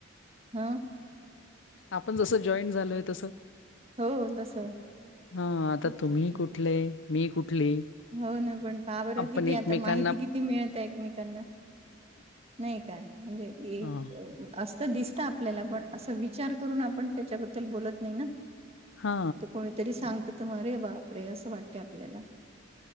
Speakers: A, on the right; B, on the left.
A: ह
B: आपण जसं जॉईंट झालोय तसं
A: हो, तसं.
B: हा आता
A: मग
B: तुम्ही
A: काय तर.
B: कुठले मी कुठली
A: हो ना पण पहा बरं
B: आपण
A: किती
B: एकमेकांना
A: आता माहिती किती मिळत एकमेकांना नाही का म्हणजे एक
B: हा
A: असत दिसत आपल्याला पण असं विचार करून आपण त्याच्याबद्दल बोलत नाही ना
B: हा
A: तर कोणीतरी सांगत तर मरे बाप रे असं वाटते आपल्याला